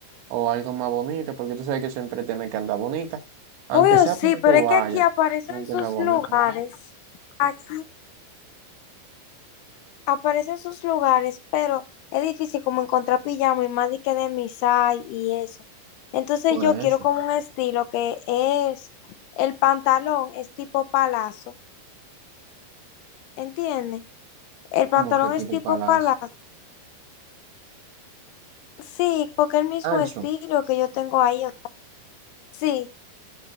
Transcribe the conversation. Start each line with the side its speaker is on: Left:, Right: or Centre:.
Right: o algo más bonito, porque tú sabes que siempre tiene que andar bonita, aunque
Left: Obvio
Right: sea
Left: sí,
Right: cuando
Left: pero
Right: tú
Left: es
Right: vayas,
Left: que aquí aparecen
Right: tiene
Left: sus
Right: que andar bonita.
Left: lugares, aquí aparecen sus lugares, pero es difícil como encontrar pijama y más de que de misai y eso. Entonces
Right: Por
Left: yo
Right: eso,
Left: quiero como un estilo que es, el pantalón es tipo palazo, ¿entiendes? El
Right: como
Left: pantalón
Right: que tipo
Left: es tipo
Right: palacio
Left: palazo Sí, porque el mismo
Right: ancho,
Left: estilo que yo tengo ahí, o sea, sí,